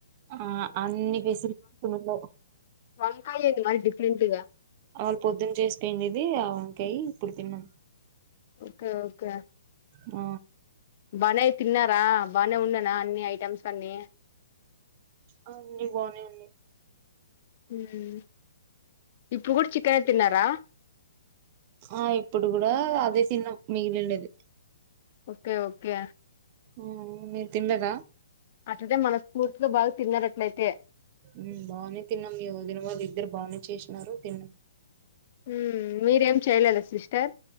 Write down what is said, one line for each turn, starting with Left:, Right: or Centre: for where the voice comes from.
Right: ఆ అన్ని ఫెసిలి ఉండవ్
Left: వంకాయేంటి మరి డిఫరెంట్ గ
Right: ఆళ్ పొద్దున్న చేస్తే ఇంగిది ఆ వంకాయి ఇప్పుడు తిన్నాం
Left: ఓకే ఓకే
Right: ఆ
Left: బానే తిన్నారా బానే ఉండెనా అన్ని ఐటెమ్స్ అన్ని
Right: ఆ అండి బానే ఉన్నాయ్
Left: ఉమ్ ఇప్పుడు గూడ చికెనె తిన్నారా
Right: ఆ ఇప్పుడు గూడా అదే తిన్ననం మిగిలుండేది
Left: ఓకే ఓకే
Right: ఉమ్ మీర్ తిన్నరా
Left: అట్లిట్ల మనస్ఫూర్తిలో బాగ తిన్నరట్లయితే
Right: ఉమ్ బానే తిన్నాం మీ వదిన వాల్లిద్దరు బానే చేసినారు తిన్నాం
Left: ఉమ్ మీరేం చెయలేద సిస్టర్